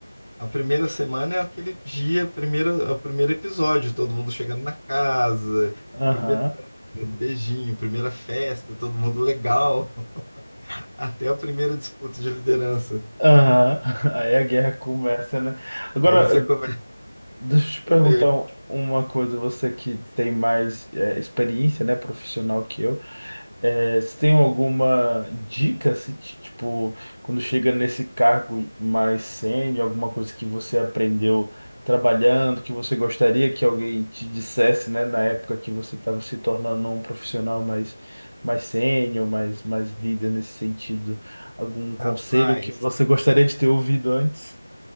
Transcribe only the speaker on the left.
A primeira semana é aquele dia, primeiro, é o primeiro episódio, todo mundo chegando na casa, com
Notejinho, primeira festa, todo mundo legal, <laughs> até a primeira disputa de liderança.
Aí você começa
a ver,
rapaz,